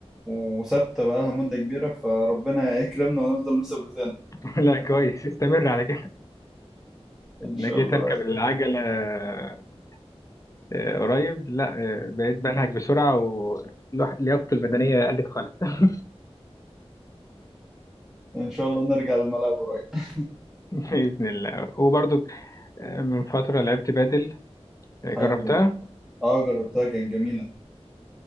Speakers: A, in the centre; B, on the left.
A: وثابتة بقالها مدة كبيرة فربنا يكرمنا ونفضل مثبتينها
B: <laughs> لا كويس استمر على كده
A: إن شاء
B: انا جيت
A: الله
B: اركب العجلة آه، آه، قريب لا آه، بقيت بنهج بسرعة ولياقتي البدنية قلت خالص <laughs>
A: إن شاء الله نرجع للملعب قريب
B: بإذن الله وبرضو آه، من فترة لعبت بادل آه،
A: حلو
B: جربتها
A: جدا أه جربتها كانت جميلة